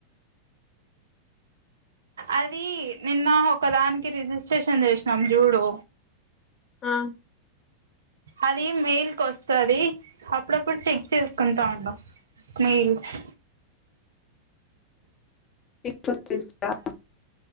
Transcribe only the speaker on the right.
అది నిన్న ఒకదానికి రిజిస్ట్రేషన్ చేసి నం జూడు
అది మెయిల్ కు వస్సాది అప్పుడప్పుడు చెక్ చేసుకుంటా ఉండు మెయిల్స్